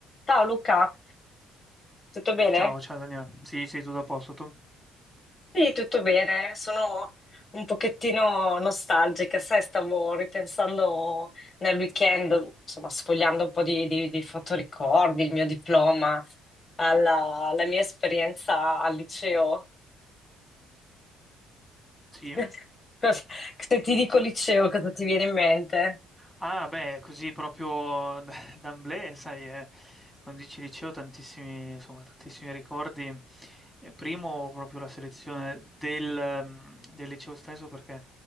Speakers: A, on the left; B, in the centre.
A: Ciao Luca, tutto bene?
B: Ciao, ciao Daniela. Sì, sei tutto a posto tu?
A: Sì, tutto bene. Sono un pochettino nostalgica, sai, stavo ripensando nel weekend, insomma, sfogliando un po' di, di, di fotoricordi, il mio diploma, alla, alla mia esperienza al liceo.
B: Sì?
A: <laughs> Cosa- Se ti dico liceo, cosa ti viene in mente?
B: Ah, beh, così proprio <laughs> d d'emblée, sai, eh, quando dici liceo tantissimi insomma, tantissimi ricordi. Eh, primo proprio la selezione del mhmm, del liceo stesso perché,